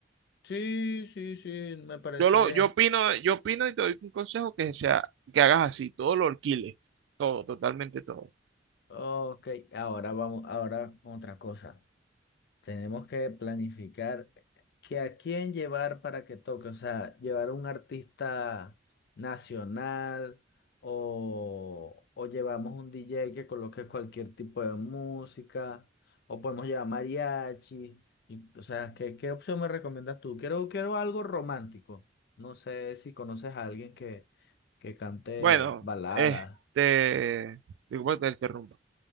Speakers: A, on the left; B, on the right.
A: Sí, sí, sí, me parece
B: Yo lo,
A: bien.
B: yo opino, yo opino y te doy un consejo que sea, que hagas así, todo lo alquiles, todo, totalmente todo.
A: Ok, ahora vamos, ahora otra cosa. Tenemos que planificar que a quién llevar para que toque, o sea, llevar un artista nacional o, o llevamos un DJ que coloque cualquier tipo de música o podemos llevar mariachi. y, o sea, ¿qué, qué opción me recomiendas tú? Quiero, quiero algo romántico. No sé si conoces a alguien que, que cante
B: Bueno,
A: baladas.
B: este, disculpa que te interrumpa.